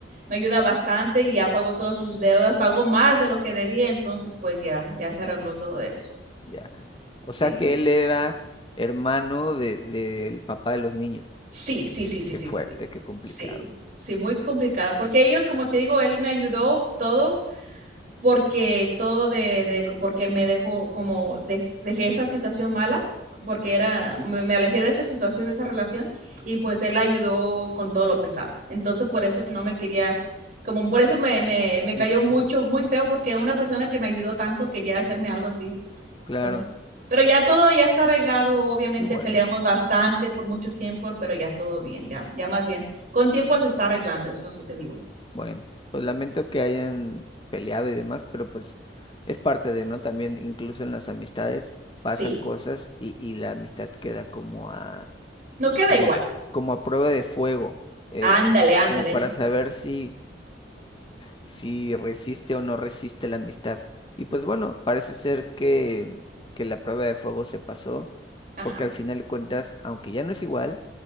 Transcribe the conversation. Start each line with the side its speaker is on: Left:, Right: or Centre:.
Right: me ayuda bastante y ya pagó todas sus deudas, pagó más de lo que debía, entonces pues ya, ya se arregló todo eso.
Left: Ya. O
Right: Sí,
Left: sea que él era hermano de, del papá de los niños.
Right: sí, sí, sí, sí,
Left: Qué
Right: sí,
Left: fuerte,
Right: sí,
Left: qué complicado.
Right: sí, sí, muy complicada, porque ellos, como te digo, él me ayudó todo porque todo de, de porque me dejó como de- dejé esa situación mala, porque era, me, me alejé de esa situación, de esa relación, y pues él ayudó con todo lo pesado. Entonces por eso no me quería, como por eso me, me, me cayó
Left: Ujú.
Right: mucho, muy feo, porque una persona que me ayudó tanto quería hacerme algo así.
Left: Claro,
Right: Entonces, pero ya todo ya está arreglado, obviamente
Left: qué bueno.
Right: peleamos bastante por mucho tiempo, pero ya todo bien, ya, ya más bien. Con tiempo se está arreglando, eso sí te digo.
Left: Bueno, pues lamento que hayan peleado y demás, pero pues es parte de, ¿no? También incluso en las amistades pasan
Right: Sí,
Left: cosas y, y la amistad queda como a,
Right: no queda
Left: como,
Right: igual.
Left: como a prueba de fuego, eh,
Right: Ándale, ándale,
Left: como para
Right: eso
Left: saber
Right: sí.
Left: si, si resiste o no resiste la amistad. Y pues bueno, parece ser que, que la prueba de fuego se pasó,
Right: Ajá.
Left: porque al final de cuentas, aunque ya no es igual,